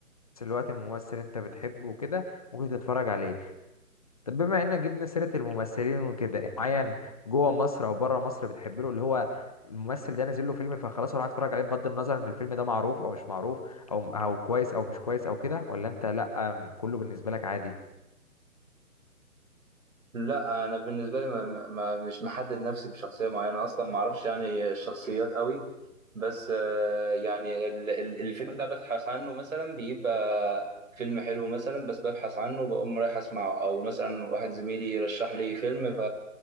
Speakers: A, on the left; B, on the right.
A: نفس الوقت ممثل انت بتحبه وكده ممكن تتفرج عليه طب بما انك جبنا سيرة الممثلين وكده إيه معين جوه مصر او بره مصر بتحب له اللي هو الممثل ده نازل له فيلم فخلاص اروح اتفرج عليه بغض النظر ان الفيلم ده معروف او مش معروف او او كويس او مش كويس او كده ولا انت لا ام، كله بالنسبة لك عادي
B: لا انا بالنسبه لي ما ما مش محدد نفسي بشخصيه معينه اصلا ما اعرفش يعني الشخصيات قوي بس آه، يعني ال- ال- الفيلم ده ببحث عنه مثلا بيبقى فيلم حلو مثلا بس ببحث عنه بقوم رايح اسمعه او مثلا واحد زميلي رشح لي فيلم ف